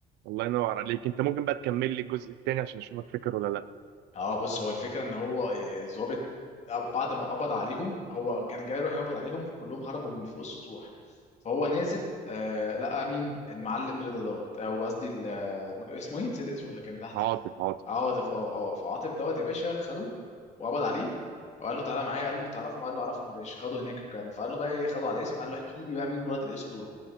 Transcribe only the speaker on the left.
اه بص هو الفكره ان هو آه، ظابط أب- بعد ما قبض عليهم هو كان جاي يروح يقبض عليهم كلهم هربوا من فوق السطوح فهو نازل آه لقى مين المعلم رضا دوت او قصدي ال- آه، اسمه ايه نسيت اسمه اللي كان تحت
عاطف اه اه فعاطف دوت يا باشا خده وقبض عليه وقال له تعالى معايا قال له انت تعرفهم قال له اعرفهم يا باشا خده هناك كان فقال له بقى ايه خده على الاسم قال له احكي لي بقى مين الولاد الاسود دول